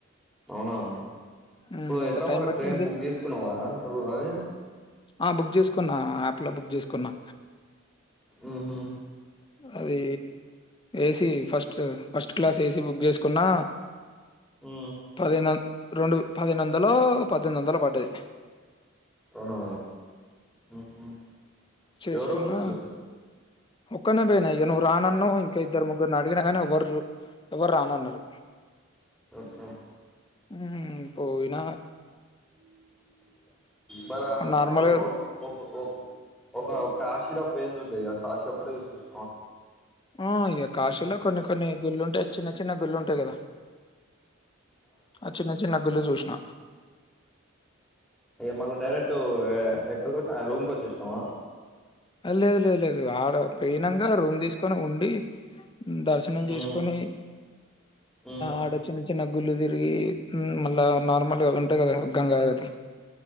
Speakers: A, in the centre; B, on the left.
A: అవునాఓ
B: ఉమ్ ఎంత
A: ఎట్లా
B: టైం
A: మరి అట్
B: పట్టింది
A: ట్రైన్ బుక్ చేసుకున్నావా రొ అది
B: ఆ బుక్ చేసుకున్నా యాప్ లో బుక్ చేసుకున్నా
A: ఊహూ
B: అది AC first first class AC book చేసుకున్నా
A: ఉ
B: పదినా రెండు పదినుొందలో పద్దెనిమిది వందలు పడ్డాయి
A: అవునా హమ్
B: చేసుకున్నా
A: ఎవరెవరు వెళ్లావు
B: ఒక్కనే పోయినా అయ నువ్వు రానన్న ఇంకా ఇద్దరు ముగ్గురిని అడిగిన కానీ ఎవ్వరు ఎవరు రానన్నారు
A: అచ్చా
B: హమ్ పోయిన
A: మరి
B: నార్మల్
A: రోన్ ఒక ఒక కాశీలో పేరు కాశి ఒక్కటే చూస
B: ఆ ఇక కాశీలో కొన్ని కొన్ని గుళ్ళుంటాయి చిన్న చిన్న గుళ్ళుంటాయి కద ఆ చిన్న చిన్న గుళ్ళు చూష్ణ
A: మ డైరెక్ట్ ఎక్కడ రూమ్ కి వచ్చేసినవ
B: లేదు లేదు లేదు ఆడ పెయినంగా రూమ్ తీసుకొని ఉండి దర్శనం చేసుకొని
A: ఉమ్ ఉమ్
B: ఆడ చిన్న చిన్న గుళ్ళ తిరిగి మళ్ళా నార్మల్గా ఉంటాయి కదా గంగాతి